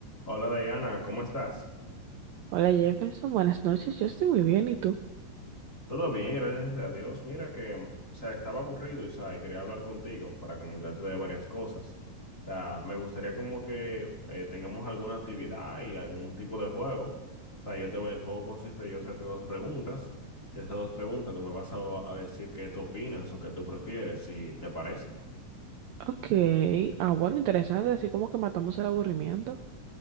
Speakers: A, on the left (about 30°); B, on the right (about 80°).
A: Hola Diana, ¿cómo estás?
B: Hola Jefferson, buenas noches, yo estoy muy bien, ¿y tú?
A: Todo bien, gracias a Dios. Mira que, mm, o sea, estaba aburrido y, o sea, y quería hablar contigo para comentarte de varias cosas. O sea, me gustaría como que eh, tengamos alguna actividad y algún tipo de juego. O sea, yo te voy, el juego consiste en yo hacerte dos preguntas y esas dos preguntas tú me vas a, a decir qué tú opinas o qué tú prefieres, si te parece.
B: Ok, ah bueno, interesante, así como que matamos el aburrimiento.